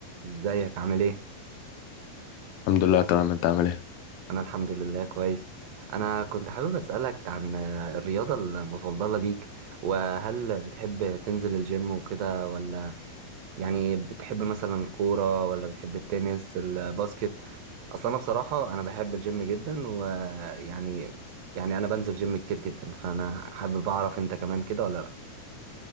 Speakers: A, on the right (about 60°); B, on the left (about 75°).
A: ازيك عامل ايه؟
B: الحمد لله تمام انت عامل ايه
A: انا الحمد لله كويس انا كنت حابب اسألك عن آه، الرياضة المفضلة ليك وهل بتحب تنزل الجيم وكده ولا يعني بتحب مثلا الكورة ولا بتحب التنس الباسكت اصلا انا بصراحة انا بحب الجيم جدا ويعني يعني انا بنزل جيم كتير جدا فانا حابب اعرف انت كمان كده ولا لا